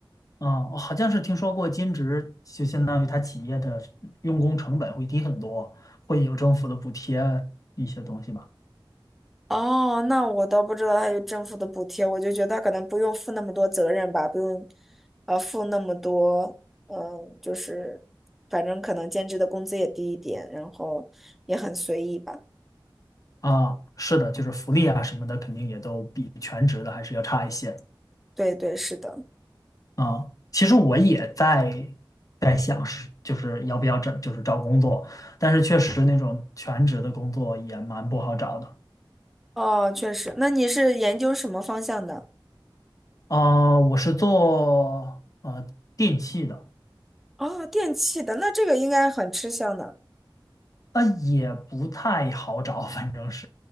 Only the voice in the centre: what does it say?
哦，那我倒不知道还有政府的补贴，我就觉得他可能不用负那么多责任吧，不用，呃，负那么多，嗯，就是，反正可能兼职的工资也低一点，然后也很随意吧。
对对，是的。
哦，确实。那你是研究什么方向的？
哦，电器的，那这个应该很吃香的。